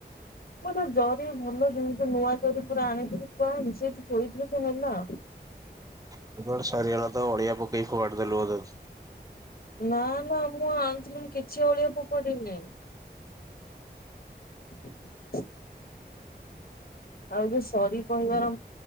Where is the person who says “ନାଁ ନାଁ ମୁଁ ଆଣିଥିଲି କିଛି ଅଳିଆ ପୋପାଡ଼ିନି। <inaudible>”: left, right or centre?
Left